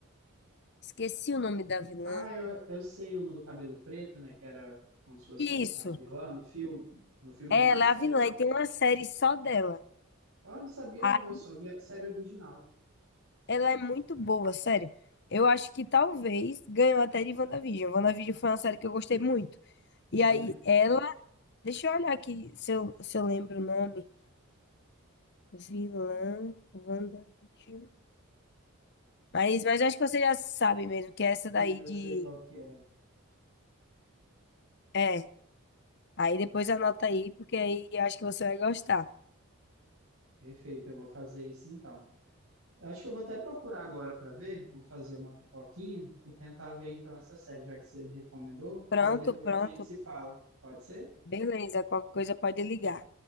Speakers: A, on the left (about 50°); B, on the right (about 75°).
A: Esqueci o nome da vilã.
B: Ah, eu, eu sei uma do cabelo preto, né? Que era como se fosse
A: Isso,
B: a vilã no filme. No filme, não,
A: ela
B: na série,
A: é a vilã
B: né?
A: e tem uma série só dela.
B: Oh, eu não sabia,
A: Ai,
B: não. Eu só vi a série original.
A: ela é muito boa, sério. Eu acho que talvez ganhou até de WandaVision. WandaVision foi uma série que eu gostei muito.
B: Eu
A: E
B: também.
A: aí, ela. Deixa eu olhar aqui se eu, se eu lembro o nome. Vilã WandaVision. Mas, mas eu acho que você já sabe mesmo que é essa
B: Sim,
A: daí
B: eu
A: de.
B: sei qual que é.
A: É. Aí depois anota aí, porque aí eu acho que você vai gostar.
B: Perfeito, eu vou fazer isso então. Eu acho que eu vou até procurar agora para ver, vou fazer uma pipoquinha e tentar ver então essa série, já que você me recomendou,
A: Pronto,
B: e aí depois
A: pronto.
B: a gente se fala. Pode ser?
A: Beleza. Qualquer coisa pode ligar.